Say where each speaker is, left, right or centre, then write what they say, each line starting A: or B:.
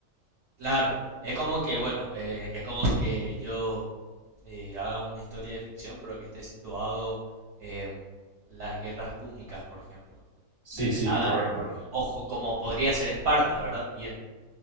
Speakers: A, on the right (about 65°); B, on the right (about 30°).
A: Claro, es como que, bueno, eh, es como que yo eh, haga una historia de ficción, pero que esté situado en las guerras púnicas, por ejemplo.
B: Sí,
A: Y
B: sí,
A: haga,
B: correcto.
A: ojo, como podría ser Esparta, ¿verdad? Bien,